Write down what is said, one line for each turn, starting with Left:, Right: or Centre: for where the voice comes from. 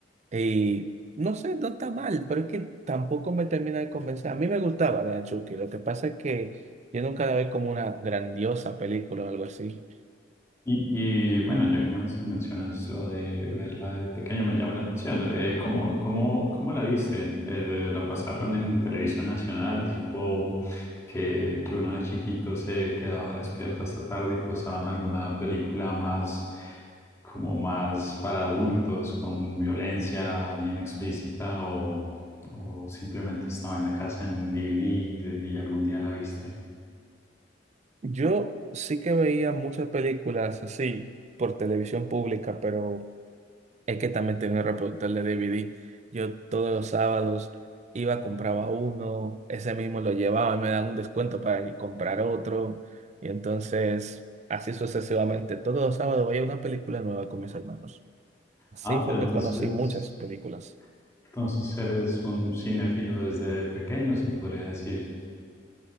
Right: y no sé, no está mal, pero es que tampoco me termina de convencer. A mí me gustaba la de Chucky, lo que pasa es que yo nunca la vi como una grandiosa película o algo así.
Left: Y, y, bueno, ya que men- mencionas lo de verla de pequeño, me llama la atención. Eh, ¿cómo, cómo, cómo la viste? Eh, ¿la pasaron en televisión nacional, tipo que, que uno de chiquito se quedaba despierto hasta tarde y pasaban alguna película más, como más para adultos, con violencia bien explícita, o, o simplemente estaba en la casa en DVD y algún día la viste?
Right: Yo sí que veía muchas películas así por televisión pública, pero es que también tenía un reproductor de DVD. Yo todos los sábados iba, compraba uno, ese mismo lo llevaba y me daban un descuento para ir comprar otro. Y entonces, así sucesivamente, todos los sábados veía una película nueva con mis hermanos. Así
Left: Ah,
Right: fue
Left: pero entonces...
Right: que conocí muchas películas,
Left: Entonces eres un cinéfilo desde pequeño, se podría decir.